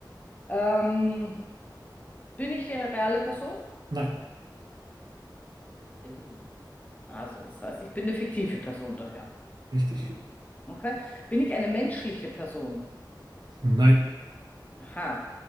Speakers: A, on the left; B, on the right.
A: Ähm, bin ich eine reale Person?
B: Nein.
A: Äh. Also, das heißt, ich bin eine fiktive Person daher.
B: Richtig.
A: Okay. Bin ich eine menschliche Person?
B: Nein.
A: Aha.